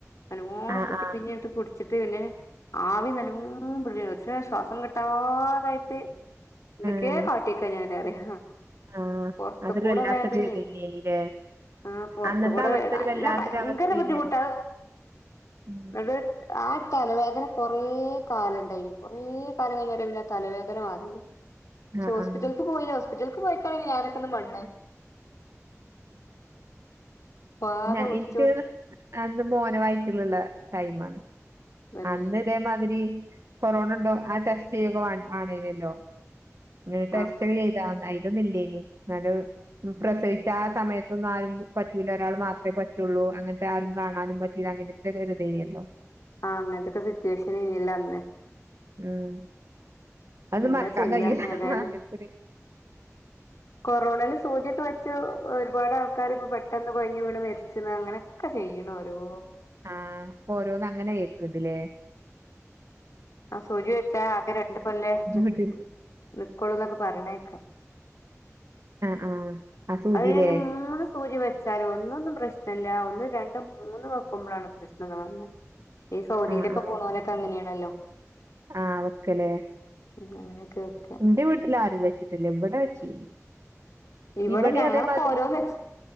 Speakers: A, on the left; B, on the right.
A: നല്ലോണം
B: ആഹ്
A: കുത്തി
B: ആഹ്
A: പീഞ്ഞ്ട്ട് കുട് ച്ചിട്ട് പിന്നെ ആവി നല്ലോം <unintelligible> പക്ഷേ ശ്വാസം കിട്ടാതായിട്ട് എന്തക്കേ
B: ആഹ്
A: കാട്ടിക്കാ ഞാന് അറിയാ
B: ആഹ്
A: പൊറത്ത്ക്കൂട
B: അതൊരു വല്ലാത്തൊരു
A: വേദനീം
B: ഇതന്നെനില്ലേ
A: ആഹ് പൊറത്ത്ക്കൂടെ
B: അന്നത്തെ അവസ്ഥ
A: വേദ
B: ഒരു
A: നല്ല
B: വല്ലാത്തൊരു
A: ഭയങ്കര
B: അവസ്ഥേനി
A: ബുദ്ധിമുട്ടാ
B: അറിയ
A: അഹ്
B: ഉം
A: ന്ന ആ തലവേദന കൊറേ കാലംണ്ടായിനു കൊറേ കാലം കയിഞാട്ടാ പിന്നെ ആ തലവേദന മാറിയത് പക്ഷെ
B: ആഹ്
A: ഹോസ്പിറ്റൽക്ക്
B: ആഹ്
A: പോയില ഹോസ്പിറ്റൽക്ക്‌ പോയിക്കാണെങ്കി ഞാനൊക്കെ ഇന്ന് മണ്ണ് വാത
B: ഞ
A: പിടിച്ചോണ്ട്
B: ഇൻക്ക് അന്ന് മോനെ വയറ്റില്ള്ള ടൈമാണ്
A: പിന്നെ
B: അന്ന് ഇതേ മാതിരി കൊറോണണ്ടോ ആ ടെസ്റ്റ് ചെയ്യൊക്കെ വാ വാണീന്നല്ലോ <unintelligible> ടെസ്റ്റ്
A: ആ
B: ചെയ്താ അയ്ലൊന്നും ഇല്ലേനി ന്നാലു ഉം പ്രസവിച്ച ആ സമയത്തൊന്നും ആരും പറ്റൂല ഒരാള് മാത്രേ പറ്റുള്ളൂ അങ്ങൻത്തെ ആരും കാണാനും പറ്റൂല അങ്ങനെ തൊക്കെ ഒര്തേനിയല്ലോ
A: ആഹ് അങ്ങൻത്തെക്കെ സിറ്റുവേഷൻ ഇയ്യല്ലോ അന്ന്
B: ഉം അതൊന്നും
A: എന്താ
B: മറക്കാ
A: ചെയ്യാ
B: കയ്യൂല
A: ഏതായാലും
B: അങ്ങൻത്തൊര്
A: കൊറോണന്റെ സൂചിയൊക്കെ വെച്ച് ഒരുപാട് ആൾക്കാര് ഇപ്പോ പെട്ടെന്ന് കൊയഞ്ഞ് വീണ് മരിച്ച്ണ് അങ്ങനെ ഒക്കെ ചിയ്യ്ണോരോ
B: ആഹ് ഇപ്പ ഓരോന്ന് അങ്ങനെ കേക്ക്‌ണ്ട്ല്ലേ.
A: ആഹ് സൂചി വെച്ചാ ആകെ രണ്ട് കൊല്ലേ ന്ക്ക്‌
B: വീട്ടില്
A: ന്ക്കൊള്ളൂന്നൊക്കെ പറേണേക്കാ
B: ആഹ് ആഹ് ആ സൂചിലേ
A: അത് കഴിഞ്ഞ് മൂന്ന് സൂചി വെ ച്ചാല് ഒന്നൊന്നും പ്രശ്നല്ല. ഒന്നും രണ്ടും മൂന്നും വെക്കുമ്പളാണ് പ്രശ്നംന്ന് പറഞ്ഞ് ഈ സൗദീലൊക്കെ
B: ആഹ് ആഹ്
A: പോണോലൊക്കെ അങ്ങനെയാണല്ലോ
B: ആഹ് അവക്ക് ല്ലേ?
A: ഉം അങ്ങനൊക്കെ ആയിട്ട്
B: ഇന്റെ വീട്ടില് ആരും വെച്ച്ട്ടില്ല. ഇവടെ വെച്ചീനി.
A: ഇവിടെ
B: ഇവടീം
A: ഞങ്ങളൊക്കെ
B: അതേമാതിരി
A: ഓരോന്ന് വെച്ച്